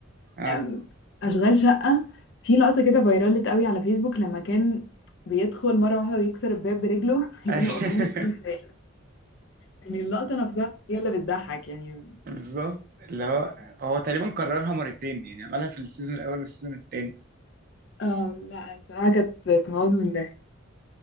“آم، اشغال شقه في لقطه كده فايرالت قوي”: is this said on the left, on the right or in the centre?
Left